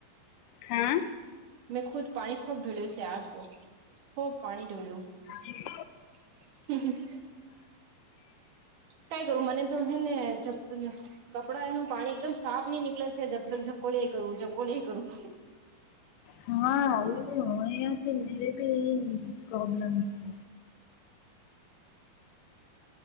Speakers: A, on the left; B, on the right.
A: હા.
B: મેં ખુદ પાણી ખૂબ ઢોળ્યું છે આજ તો ખૂબ પાણી ઢોળ્યું.
A: હ
B: <unintelligible> સઈ કરું મને તો હેને જપ્ત કપડાં એનું પાણી એકદમ સાફ નહીં નીકલે શે જબતક જકોલી કરું જકોલીએ કરું.
A: હા ઓય ની અહીંયા બી એટલી પ્રોબ્લેમ છે.